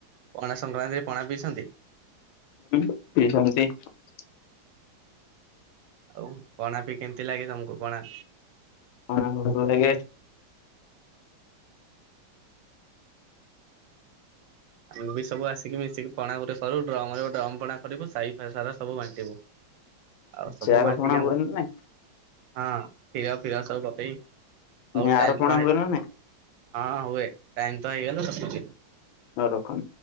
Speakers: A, on the right; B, on the left.
A: ପଣା ସଂକ୍ରାନ୍ତିରେ ପଣା ପିଇଛନ୍ତି?
B: <inaudible>
A: ଆଉ ପଣା ବିି କେମତି ଲାଗେ ତମକୁ ପଣା?
B: ପଣା ହୁଏ
A: ଆମେ ବି ସବୁ ଆସିକି ମିଶିକି ପଣା ଗୋଟେ ଡ୍ରମ୍ ରେ ଗୋଟେ ଡ୍ରମ୍ ପଣା କରିବୁ ସାଇ ଫାଇ ସାରା ସବୁ ବାଣ୍ଟିବୁ। ଆଉ ସବୁ
B: ସେ ଆର
A: ବାଣ୍ଟିକି
B: ପଣା
A: ଆମକୁ
B: ହୁଏ ନା ନାଇଁ
A: ହଁ କ୍ଷୀର ଫିର ସବୁ ପକେଇ। ହଉ
B: ନାଇଁ
A: ଟାଇମ
B: ଆରପଣା
A: ତ
B: ହୁଏ ନା ନାଇଁ?
A: ହଁ ହୁଏ ଟାଇମ ହେଇଗଲା ରଖୁଛି।
B: ହଁ ରଖନ